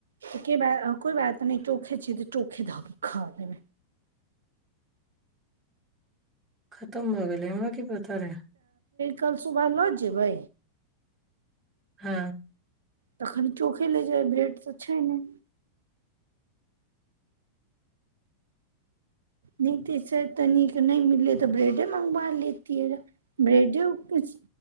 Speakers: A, on the right; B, on the right.
A: त क ब। कोई बात नहि टोखे छै त टोखे ध खा देब।
B: खतम भ गेलै हमरा। की पता रहै।
A: कल सुबह न जेबै।
B: हँ।
A: तखनि चोखे ले जाइ ब्रेड छै नहि। नहि तस तनिक नहि मिललै त ब्रेडे मंगवा लेती रह ब्रेडेछ